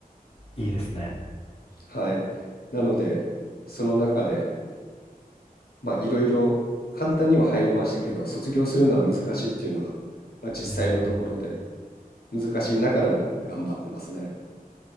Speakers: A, on the left; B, on the left.
A: いいですね。
B: はい。なので、その中でまあいろいろ簡単には入れましたけど、卒業するのは難しいっていうのは、まあ、実際のところで
A: うーん。
B: 難しいながらも頑張ってますね。